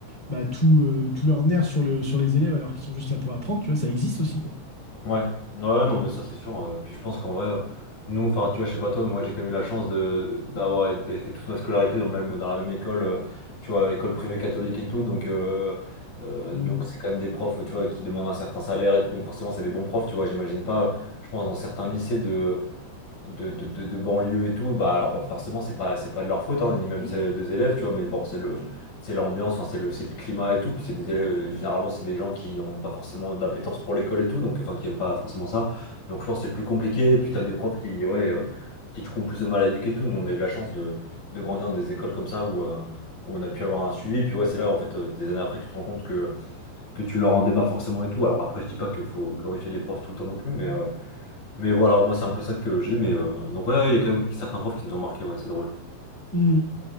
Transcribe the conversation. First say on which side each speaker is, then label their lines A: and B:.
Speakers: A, on the left; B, on the left.
A: bah, tout, euh, tout leur nerf sur le, sur les élèves alors qu'ils sont juste là pour apprendre, tu vois, ça existe aussi, quoi.
B: Ouais, ouais, non, mais ça c'est sûr. euh, puis je pense qu'en vrai, euh, nous, enfin, tu vois, je sais pas toi, mais moi j'ai quand même eu la chance de d'avoir été- fait toute ma scolarité dans le même, dans la même école, euh, tu vois, école privée catholique et tout. Donc, euh, euh,
A: Mm.
B: donc c'est quand même des profs, tu vois, qui demandent un certain salaire et tout. Donc forcément, c'est des bons profs, tu vois. J'imagine pas, euh, je pense, dans certains lycées de de, de, de- de banlieue et tout, bah alors bah, forcément c'est pas c'est pas de leur faute hein, ni même celle des élèves, tu vois, mais bon c'est le c'est l'ambiance, enfin c'est le c'est le climat et tout, puis c'est des élèves euh, généralement c'est des gens qui ont pas forcément d'appétence pour l'école et tout, donc enfin qui aiment pas forcément ça. Donc je pense que c'est plus compliqué, puis t'as des profs qui ouais euh, qui du coup ont plus de mal à éduquer et tout. Nous on a eu la chance de de grandir dans des écoles comme ça où euh, où on a pu avoir un suivi, puis ouais, c'est là en fait euh, des années après que tu te rends compte que, que tu leur rendais pas forcément et tout. Alors après, je dis pas qu'il faut glorifier les profs tout le temps non plus, mais, euh, mais voilà, moi c'est un peu ça que j'ai, mais euh, donc ouais, ouais, il y a quand même certains profs qui nous ont marqué, ouais, c'est drôle.
A: Mm.